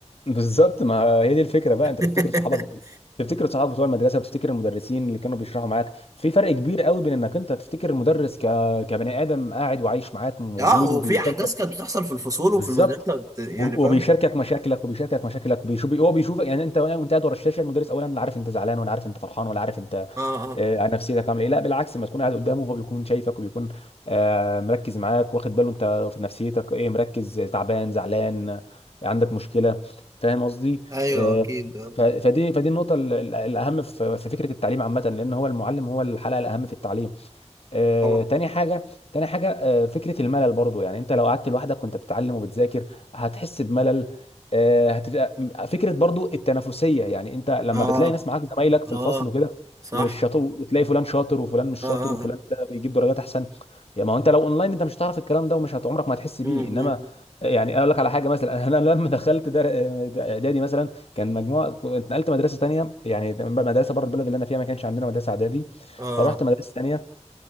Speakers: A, on the left (about 55°); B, on the right (about 30°).
A: بالظبط ما هي دي الفكره بقى
B: <laughs>
A: انت بتفتكر صحابك تفتكر صحابك بتوع المدرسه بتفتكر المدرسين اللي كانوا بيشرحوا معاك في فرق كبير قوي بين انك انت تفتكر المدرس ك... كبني ادم قاعد وعايش معاك موجود
B: اه وفي
A: وبيشاركك
B: احداث كانت بتحصل في الفصول وفي
A: بالظبط
B: المدرسه بت- يعني
A: و-
B: فاهم
A: وبيشاركك مشاكلك وبيشاركك مشاكلك بيشوف هو بيشوفك يعني انت وانت قاعد ورا الشاشه المدرس اولا لا عارف انت زعلان ولا عارف انت فرحان ولا عارف انت
B: اه اه
A: آه، عن نفسيتك عامله ايه لا بالعكس لما تكون قاعد قدامه هو بيكون شايفك وبيكون آه، مركز معاك واخد باله انت في نفسيتك ايه مركز تعبان زعلان آه، عندك مشكله فاهم قصدي
B: ايوه
A: آه،
B: اكيد آه،
A: ف- فدي فدي النقطه ال- ال- الاهم في في فكره التعليم عامه لان هو المعلم هو الحلقه الاهم في التعليم آه،
B: طبعا
A: تاني حاجة تاني حاجة آه، فكرة الملل برضو يعني انت لو قعدت لوحدك وانت بتتعلم وبتذاكر هتحس بملل آه، هتت... فكرة برضو التنافسية يعني انت لما
B: اه
A: بتلاقي ناس معاك زمايلك في
B: اه
A: الفصل وكده
B: صح
A: والشاطر وتلاقي فلان شاطر وفلان مش
B: اه اه
A: شاطر وفلان
B: اه
A: ده بيجيب درجات احسن يعني ما هو انت لو اونلاين انت مش هتعرف الكلام ده ومش هت... عمرك ما هتحس
B: مم،
A: بيه انما
B: مم.
A: يعني اقول لك على حاجه مثلا <laughs> انا لما دخلت در... ده اعدادي مثلا كان مجموعه كنت نقلت مدرسه تانيه يعني مدرسه بره البلد اللي انا فيها ما كانش عندنا مدرسه اعدادي
B: آه،
A: فروحت مدرسه تانيه